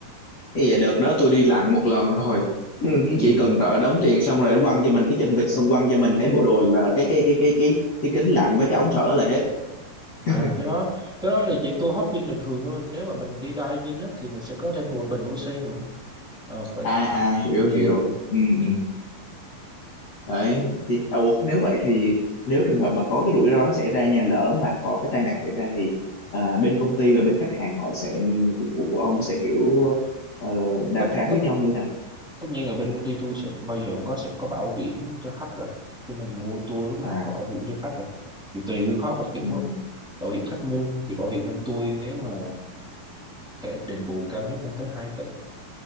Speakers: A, on the left; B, in the centre.
A: cái vậy đợt đó tôi đi lặn một lần rồi Ừ, cái
B: ừ.
A: chỉ cần đợi đóng tiền xong rồi quăng cho mình cái chân vịt xong quăng cho mình cái bộ đồ là cái cái cái cái cái cái kính lặn với cái ống thở là hết <laughs>
B: à cái đó cái đó là chỉ tour hopping bình thường thôi nếu mà mình đi diving á thì mình sẽ có thêm bộ bình oxy nữa à, vậy
A: à à hiểu
B: ừ.
A: hiểu ừ,
B: Ừ.
A: ừ. đấy thì à, ủa, nếu vậy thì nếu trường hợp mà có cái rủi ro nó xảy ra nhà lỡ mà có cái tai nạn xảy ra thì à, bên công ty và bên khách hàng họ sẽ của của, của ông sẽ kiểu ờ, đàm
B: Tất,
A: phán
B: tất
A: với nhau như thế nào
B: tất nhiên ở bên công ty tôi sẽ bao giờ cũng có sẽ có bảo hiểm cho khách rồi khi mình mua tour lúc nào
A: à
B: cũng có bảo hiểm cho khách rồi thì tùy cái khóa bảo hiểm
A: ừ, ừ.
B: bảo hiểm khách mua thì bảo hiểm bên tôi nếu mà thẻ đền bù cao nhất lên tới hai tỷ